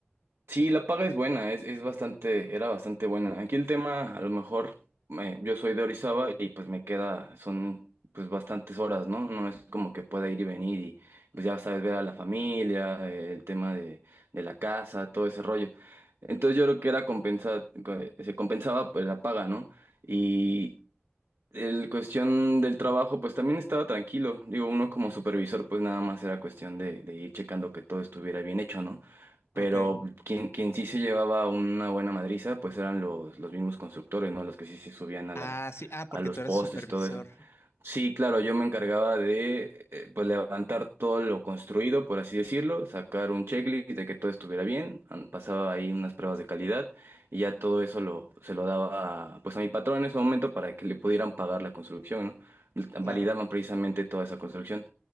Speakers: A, on the right; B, on the left.
A: Sí, la paga es buena, es, es bastante, era bastante buena. Aquí el tema, a lo mejor, eh, yo soy de Orizaba y pues me queda, son pues bastantes horas, ¿no? No es como que pueda ir y venir y pues ya sabes, ver a la familia, eh, el tema de, de la casa, todo ese rollo. Entonces yo creo que era compensar, se compensaba pues la paga, ¿no? Y el cuestión del trabajo, pues también estaba tranquilo. Digo, uno como supervisor, pues nada más era cuestión de, de ir checando que todo estuviera bien hecho, ¿no? Pero
B: Ok.
A: quien, quien sí se llevaba una buena madriza, pues eran los, los mismos constructores, ¿no? Los que sí se subían a
B: Ah,
A: la,
B: sí, ah, porque
A: a los
B: tú
A: postes
B: eres supervisor.
A: y todo eso. Sí, claro, yo me encargaba de eh, pues levantar todo lo construido, por así decirlo, sacar un checklist de que todo estuviera bien, an- pasaba ahí unas pruebas de calidad y ya todo eso lo, se lo daba a, pues a mi patrón en ese momento para que le pudieran pagar la construcción, ¿no?
B: Claro.
A: Validaban precisamente toda esa construcción.